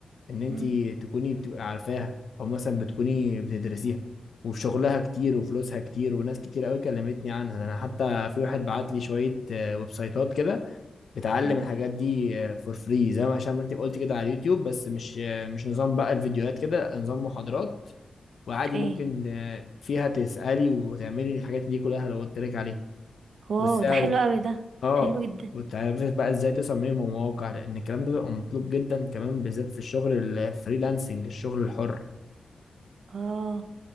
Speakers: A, on the left (about 65°); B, on the right (about 85°).
A: ان انت
B: مم،
A: تكوني بتبقى عارفاها او مثلا بتكوني بتدرسيها وفي شغلها كتير وفلوسها كتير وناس كتير قوي كلمتني عنها ده انا حتى في واحد بعت لي شوية آه، ويب سايتات كده بتعلم
B: مم.
A: الحاجات دي فور فري زي ما عشان ما انت قلت كده على اليوتيوب بس مش آه، مش نظام بقى الفيديوهات كده نظام محاضرات وعادي
B: اوكي
A: ممكن آه، فيها تسألي وتعملي الحاجات دي كلها لو قلت لك عليها
B: واو
A: والسعر
B: ده حلو قوي ده
A: اه
B: حلو جدا
A: وتعرفي بقى ازاي تصممي مواقع لان الكلام ده بيبقى مطلوب جدا كمان بالذات في الشغل الفريلانسنج الشغل الحر
B: اه